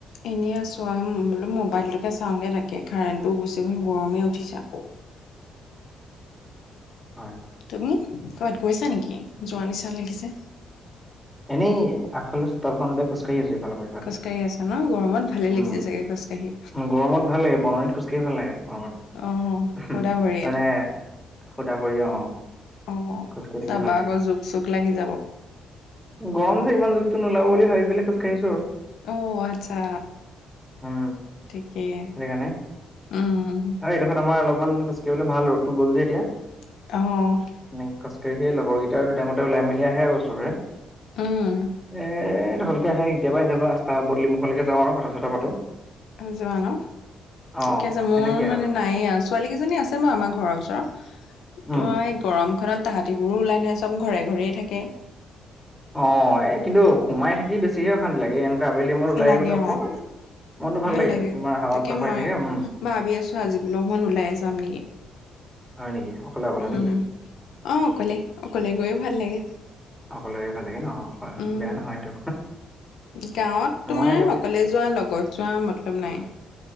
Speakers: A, on the left; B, in the centre.
A: এনেই আছোঁ, বোলো মোবাইলটোকে চাওঁগে। তাকে কাৰেণ্টটো গুচি গ'ল, গৰমেই উঠিছে আকৌ।
B: হয়।
A: তুমি ক'ৰবাত গৈছা নেকি? যোৱা নিচিনা লাগিছে।
B: এনেই, আগফাল চোতালখনতে খোজকাঢ়ি আছোঁ, ইফালৰ পৰা ইফালে,
A: খোজকাঢ়ি আছা ন গৰমত ভালে
B: উম
A: লাগিছে চাগে খোজকাঢ়ি।
B: গৰমত ভাল লাগে, বননিত খোজ-কাঢ়ি ভাল লাগে গৰমত।
A: অহ সুদা ভৰিয়ে
B: মানে সুধা কৰি অ।
A: অ তাৰপৰা
B: খোজকাঢ়ি থাকি ভাল লাগে।
A: আকৌ জোক চোক লাগি যাব।
B: গৰম যে ইমান জোকটো নোলাব বুলি ভাবি পেলাই খোজকাঢ়িছো আৰু
A: অ আচ্ছা
B: উম
A: ঠিকেই
B: সেইটো কাৰণে
A: উম।
B: আৰু এইডোখৰত আমাৰ অলপমান খোজকাঢ়িব ভাল ৰ'দটো গল যে এতিয়া।
A: আহ্।
B: উম খোজকাঢ়িয়ে লগৰকেইটা আৰু দুটা মতে ওলাই মিলি আহে আৰু ওচৰৰে।
A: উম।
B: <inaudible> তেতিয়া আহে কেতিয়াবা ৰাস্তা পদূলি মুখলৈকে যাওঁ আৰু কথা- চথা পাতো।
A: যোৱা ন
B: অ
A: ঠিকে আছে
B: সেনেকে
A: মোৰ মানে
B: আৰু
A: নাইয়ে আছো। ছোৱালী কেইজনী আছে বাৰু আমাৰ ঘৰৰ ওচৰত
B: উম
A: তো এই গৰমখনত তাহাঁতিবোৰো ওলাই নাহে চব ঘৰে ঘৰেই থাকে।
B: অ এই কিন্তু সোমাই থাকি বেছিকে অশান্তি লাগে এনেকুৱা আবেলি টাইমত ওলাই
A: লাগে
B: গ'লে অকণমান
A: অ'।
B: মনটো
A: ভাল লাগে
B: তোমাৰ হাৱা
A: তাকে
B: চাৱা আহি
A: মই
B: থাকে উম
A: ভাবি আছো আজি বোলো অকমান ওলাইে যাম নেকি।
B: হয় নেকি অকলে অকলে নেকি?
A: উম অ অকলে অকলে গৈয়ে ভাল লাগে।
B: অকলে লগে ভাল লাগে ন অ। হয় হয়
A: উম
B: বেয়া নহয় সেইটো
A: গাঁৱত তোমাৰ
B: মই আগত
A: অকলে যোৱা লগত যোৱা মতলব মতলব নাই।